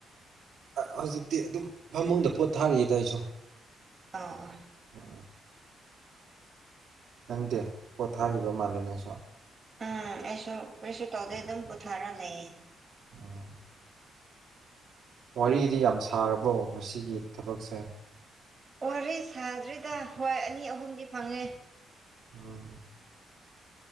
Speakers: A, on the right; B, on the right.
A: ꯑꯥ‌ ꯍꯧꯖꯤꯛꯇꯤ ꯑꯗꯨꯝ ꯐꯃꯨꯡꯗ ꯄꯣꯠꯊꯥꯔꯤꯌꯦꯗ ꯑꯩꯁꯨ
B: ꯑꯥ ꯑꯣ
A: ꯑ ꯅꯪꯗꯦ ꯄꯣꯠꯊꯥꯔꯤꯕ ꯃꯥꯜꯂꯦ ꯅꯪꯁꯨ
B: ꯎꯝ ꯑꯩꯁꯨ ꯀꯔꯤꯁꯨ ꯇꯧꯗꯦ ꯑꯗꯨꯝ ꯄꯨꯊꯥꯔ ꯂꯩꯌꯦ
A: ꯑꯥ ꯋꯥꯔꯤꯗꯤ ꯌꯥꯝ ꯁꯥꯔꯕꯣ ꯃꯁꯤꯒꯤ ꯊꯕꯛꯁꯦ
B: ꯋꯥꯔꯤ ꯁꯥꯗ꯭ꯔꯤꯗ ꯍꯣꯏ ꯑꯅꯤ ꯑꯍꯨꯝꯗꯤ ꯐꯪꯉꯦ
A: ꯑꯥ